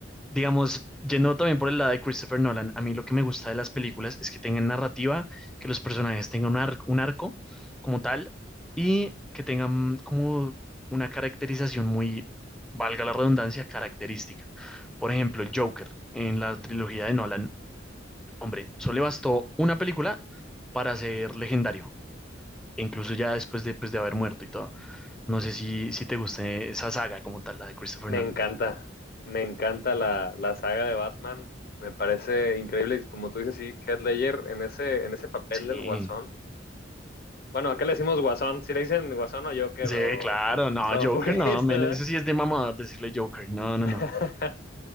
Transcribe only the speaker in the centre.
digamos, yendo también por el lado de Christopher Nolan, a mí lo que me gusta de las películas es que tengan narrativa, que los personajes tengan un arco, un arco como tal y que tengan como una caracterización muy, valga la redundancia, característica. Por ejemplo, el Joker en la trilogía de Nolan, hombre, solo le bastó una película para ser legendario. e Incluso ya después de, pues, de haber muerto y todo. No sé si, si te guste esa saga como tal, la de Christopher
Nolan.
Sí.
Sí,
claro, no, Joker, no,
men, eso sí es de mamador decirle Joker, no, no,
no.